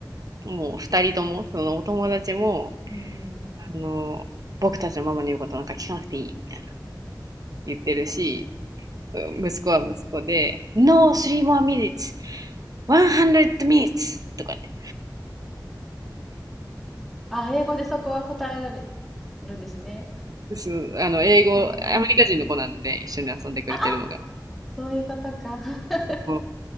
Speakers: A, on the right; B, in the centre.
A: もう2人とも、そのお友達も、
B: うん。
A: あの、僕たちのママの言うことなんか聞かなくていいみたいな言ってるし、うん息子は息子で、No, three more minutes, 100 minutes とか言って。
B: あ、英語でそこは答えられるんですね。
A: ですあの英語、
B: あー
A: アメリカ人の子なので一緒に遊んでくれてるのが。
B: あ、あ、そういうことか。<laughs>
A: も